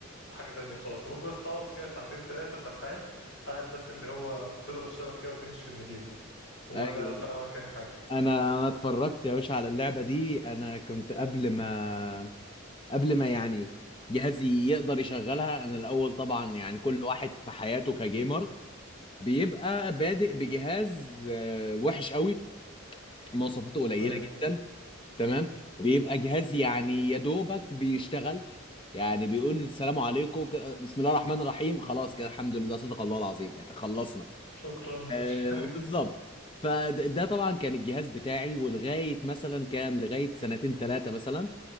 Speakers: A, on the left; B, on the left.
A: حاجة تانية خالص انت ممكن بس تقعد كده ساعتين تلاتة سرحان قاعد بس اللي هو بتضرب الشبكة كده وتمشي في المدينة ولا
B: ايوه
A: فرق معاك أي حاجة
B: انا انا اتفرجت يا باشا على اللعبه دي انا كنت قبل ما قبل ما يعني جهازي يقدر يشغلها انا الاول طبعا يعني كل
A: مم.
B: واحد في حياته كجيمر بيبقى بادئ بجهاز آه، وحش قوي مواصفاته قليله
A: أيوه
B: جدا تمام بيبقى جهاز يعني يا دوبك بيشتغل يعني بيقول السلام عليكم ك- بسم الله الرحمن الرحيم خلاص كده الحمد لله صدق الله العظيم يعني خلصنا
A: شكرا
B: آه،
A: <laughs> أيوه
B: بالظبط فده طبعا كان الجهاز بتاعي ولغايه مثلا كام لغايه سنتين ثلاثه مثلا